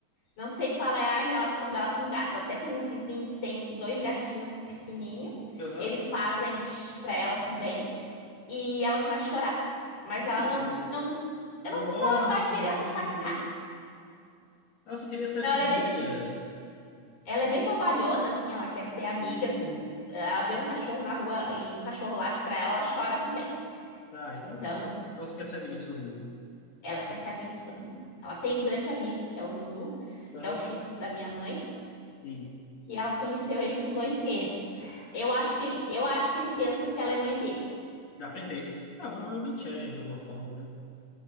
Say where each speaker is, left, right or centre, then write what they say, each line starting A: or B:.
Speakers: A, on the left; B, on the left.
A: Não sei qual é a relação dela com o gato. Até tem um vizinho que tem aqui dois gatinhos pequenininho.
B: Aham.
A: Eles fazem shh pra ela também. E ela começa a chorar. Mas
B: Oh,
A: ela
B: meu
A: não,
B: Deus.
A: não. Eu
B: Não
A: não sei
B: morde,
A: se ela vai querer
B: não briga.
A: atacar.
B: Ela só queria ser
A: Não,
B: amiguinha.
A: ela é bem, ela é bem bobalhona, assim. Ela quer ser amiga
B: Sim.
A: do. Ela vê um cachorro na rua e o cachorro late pra ela, ela chora também.
B: Tá, então
A: Então,
B: ela ela só quer ser amiga de todo mundo.
A: Ela quer ser amiga de todo mundo. Ela tem um grande amigo, que é o Nunu,
B: Aham.
A: que é o Shih Tzu da minha mãe,
B: Sim.
A: que ela conheceu ele com dois meses. Eu acho que ele, eu acho que ele pensa que ela é mãe dele.
B: Ah, perfeito. Ah, provavelmente é, de alguma forma, né?